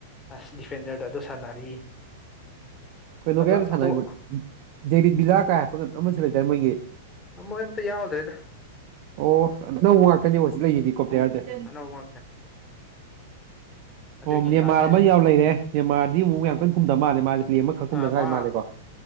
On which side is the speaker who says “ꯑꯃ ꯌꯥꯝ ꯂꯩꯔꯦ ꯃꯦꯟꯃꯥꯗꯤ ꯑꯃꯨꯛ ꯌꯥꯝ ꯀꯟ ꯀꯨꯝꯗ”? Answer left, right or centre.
Right